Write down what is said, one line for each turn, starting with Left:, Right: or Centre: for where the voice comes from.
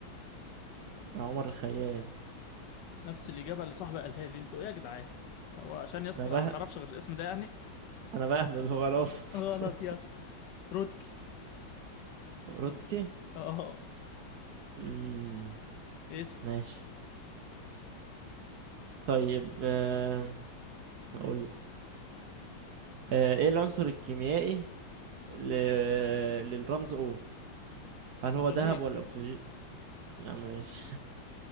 Right: عمر الخيام
Left: نفس الإجابة اللي صاحبي قالها لي انتوا ايه يا جدعان هو عشان يا اسطى
Right: انا بقى
Left: ما تعرفش غير الاسم ده يعني
Right: انا بهبد خلاص
Left: غلط
Right: <laughs>
Left: يا اسطى رودكي
Right: روتكي
Left: اه
Right: مم.
Left: اسأل
Right: ماشي طيب آه، اقول آه، ايه العنصر الكيميائي ل... للرمز O هل هو ذهب
Left: جي
Right: ولا اكسجين يا عم ماشي